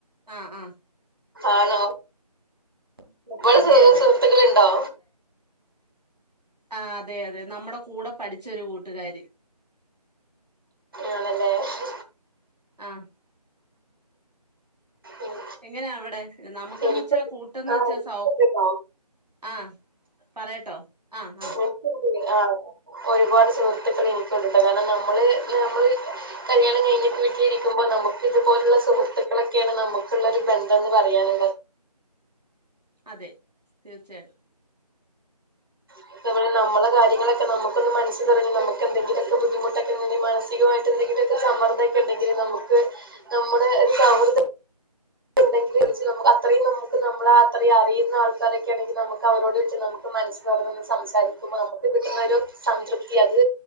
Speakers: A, on the right; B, on the right.
A: ആ ആ.
B: ആണോ. <unintelligible>
A: അതെ
B: സുഹ്
A: അതെ
B: സുഹൃത്തുക്കളു ണ്ടോ?
A: ആ അതെ അതെ നമ്മുടെ കൂടെ പഠിച്ചൊരു കൂട്ടുകാരി.
B: ആണല്ലേ ഹ്.
A: ആഹ്.
B: ഉം.
A: എങ്ങനെ അവിടെ നമുക്കന്ന്
B: എനിക്ക്
A: വെച്ചാ കൂട്ടന്ന്
B: ആ
A: വെച്ചാ
B: എനിക്കുണ്ട്
A: സൗ
B: ട്ടോ
A: ആ പറയട്ടോ ആഹ് ആഹ.
B: എനിക്കുണ്ട് ആ ഒരുപാട് സുഹൃത്തുക്കൾ എനിക്കുണ്ട്ട്ടാ കാരണം നമ്മള് നമ്മള്. കല്യാണം കയിഞ്ഞിട്ട് വീട്ടിരിക്കുമ്പോ നമുക്ക് ഇതുപോലുള്ള സുഹൃത്തുക്കളൊക്കെയാണ് നമുക്കുള്ളൊരു ബന്ധന്ന് പറയാന്.
A: അതെ തീർച്ചയായി
B: <unintelligible> നമ്മള കാര്യങ്ങളൊക്കെ നമുക്കൊന്ന് മനസ് തുറന്ന് നമുക്കെന്തങ്കിലൊക്കെ ബുദ്ധിമുട്ടൊക്കെ മാനസികമായിട്ടന്തെ <unintelligible> സമ്മർദ്ദക്കെ ഇണ്ടെങ്കിൽ നമുക്ക് നമ്മുടെ ഇ സൗഹൃദ ട്ട്ണ്ടെങ്കിൽ വിളിച്ച് നമുക്ക് അത്രയും നമുക്ക് നമ്മള അത്രയും അറിയുന്ന ആൾക്കാരൊക്കെ ആണെങ്കിൽ നമുക്ക് അവരോട് വിളിച്ച് നമുക്ക് മനസ്സ് തുറന്നൊക്കെ സംസാരിക്കുമ്പോ നമക്ക് കിട്ടുന്ന ഒരു സംതൃപ്തി അത്